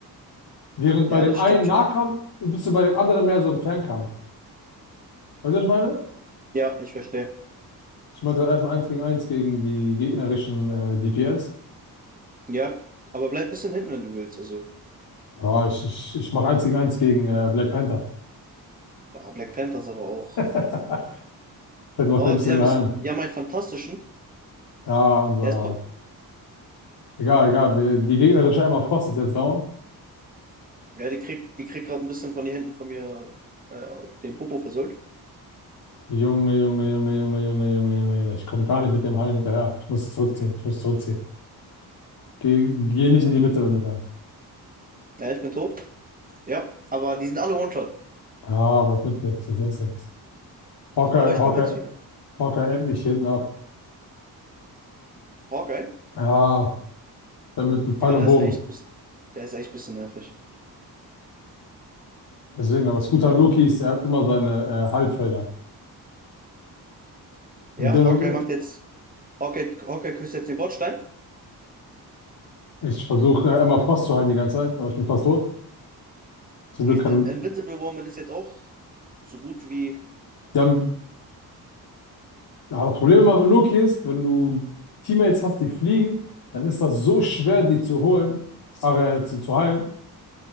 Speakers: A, on the left; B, on the right.
A: Während
B: Ja,
A: bei dem
B: das
A: einen
B: stimmt schon.
A: Nahkampf bist du bei dem anderen mehr so im Fernkampf. Weißt du, was ich meine?
B: Ja, ich verstehe.
A: Ich meinte erstmal eins gegen eins gegen die gegnerischen äh, DPS.
B: Ja, aber bleib ein bisschen hinten, wenn du willst. Also,
A: Ja, ich, ich, ich mache 1 gegen eins gegen äh, Black Panther.
B: ja, Black Panthers aber auch.
A: <laughs> Das mir
B: Oh,
A: ein bisschen
B: die haben,
A: mehr
B: es,
A: ein.
B: die haben einen fantastischen.
A: Ja, unser.
B: Er ist tot.
A: Egal, egal. Wir, die gegnerische Emma Frost ist jetzt down.
B: Ja, die kriegt, die kriegt gerade ein bisschen von den Händen von mir äh, den Popo versöhnt.
A: Junge, Junge, Junge, Junge, Junge, Junge, Junge, Junge. Ich komme gar nicht mit dem Hallen hinterher. Ich muss zurückziehen. Ich muss zurückziehen. Geh, geh nicht in die Mitte, wenn du kannst.
B: Ja, ich bin tot. Ja, aber die sind alle One-Shot.
A: Ja, aber das nützt nichts. Das nützt nichts. Hawkeye,
B: Aber ich
A: Hawkeye,
B: komme jetzt wieder.
A: Hawkeye ebbt mich hinten ab.
B: Hawkeye?
A: Ja, damit Pfeil
B: Ja,
A: und
B: der
A: Bogen.
B: ist echt, bis- der ist echt ein bisschen nervig.
A: Deswegen, aber das Gute an Loki ist, er hat immer seine äh, Halbfelder.
B: Ja,
A: Und dann,
B: Hawkeye macht jetzt, Hawkeye, Hawkeye küsst jetzt den Bordstein.
A: äh, ich versuche äh, Emma Frost zu heilen die ganze Zeit, aber ich bin fast tot. Zum
B: Die
A: Glück kann.
B: Invincible Woman ist jetzt auch so gut wie,
A: Die haben, ja, das Problem immer mit Loki ist, wenn du Teammates hast, die fliegen, dann ist das so schwer, die zu holen, ach, äh, zu, zu heilen.